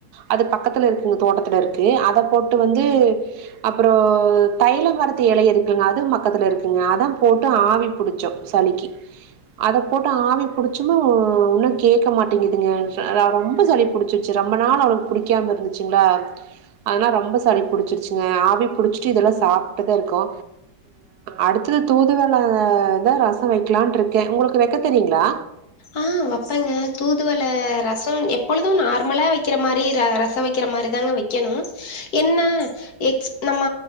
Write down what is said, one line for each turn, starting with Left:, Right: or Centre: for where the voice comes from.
Right: அது பக்கத்துல இருக்குங்க தோட்டத்துல இருக்கு அத போட்டு வந்து அப்பறோ தைலமரத்து எல இருக்குங்க அது மக்கத்துல இருக்குங்க அத போட்டு ஆவி புடுச்சோ சளிக்கு அத போட்டு ஆவி புடிச்சுமே உன்னும் கேட்க மாட்டேங்குதுங்க ரொம்ப சளி புடிச்சு ரொம்ப நாள் அவளுக்கு புடிக்காம இருந்துச்சுங்களா ஆனா ரொம்ப சளி புடிச்சிருச்சிங்க ஆவி புடிச்சிட்டு இதெல்லா சாப்ட்டுதா இருக்கோ அடுத்தது தூதுவளதா ரசோ வெக்கலான்னுருக்கே உங்களுக்கு வெக்க தெரியுங்களா
Left: ஆ வெப்பேங்க தூதுவள ரசம் எப்பொழுதும் நார்மலா வெக்கிற மாரி ரசோ வை வெக்கிற மாரி தாங்க வெக்கணு என்ன எக்ஸ் நம்ம